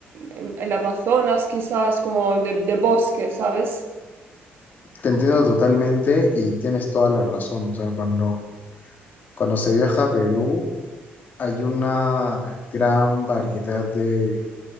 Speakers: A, on the right (about 60°); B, on the left (about 45°).
A: en el Amazonas quizás, como de, de bosque, ¿sabes?
B: Te entiendo totalmente y tienes toda la razón. O sea, cuando, cuando se viaja a Perú hay una gran variedad de,